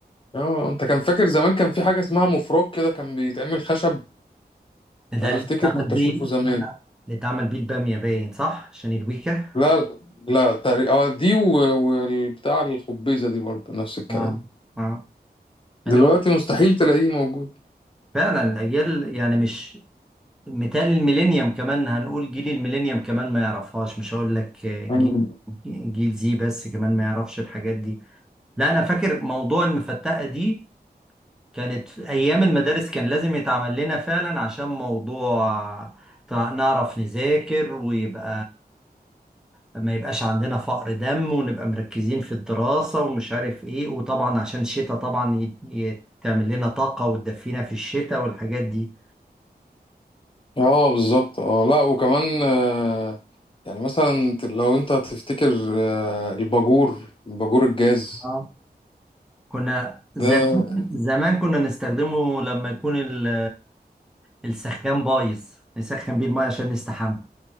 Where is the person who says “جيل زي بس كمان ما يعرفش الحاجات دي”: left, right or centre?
Centre